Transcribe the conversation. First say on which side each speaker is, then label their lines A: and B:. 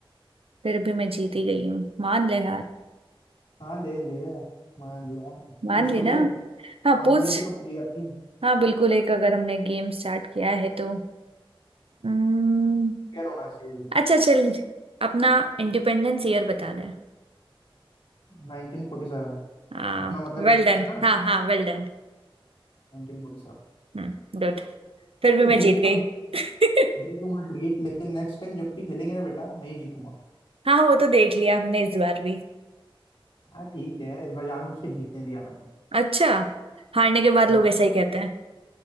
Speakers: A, on the right; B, on the left.
A: फिर भी मैं जीत ही गई हूँ मान ले हार
B: हाँ ले लिया मान लिया
A: मान
B: पूछ
A: ली
B: तो
A: ना
B: ले
A: हाँ
B: फॉर्मेलिटी
A: पूछ
B: तो पूरी करनी है
A: हाँ बिल्कुल एक अगर हमने गेम स्टार्ट किया है तो हम्म,
B: क्लियर होना चाहिए
A: अच्छा चल अपना इंडिपेंडेंस ईयर बता दे
B: 1947
A: हाँ
B: अपना मतलब
A: वेल
B: इंडिया
A: डन
B: था ना
A: हाँ हाँ वेल डन
B: 1947
A: हम्म गुड फिर भी
B: तू
A: मैं
B: जीत
A: जीत
B: तो
A: गई <laughs>
B: दे दूंगा ट्रीट लेकिन नेक्स्ट टाइम जब भी खेलेंगे ना बेटा मैं ही जीतूंगा
A: हाँ वो तो देख लिया हमने इस बार भी
B: हाँ ठीक है इस बार जानबूझ के जीतने दिया मैंने
A: अच्छा हारने के बाद
B: हाँ
A: लोग ऐसा ही कहते हैं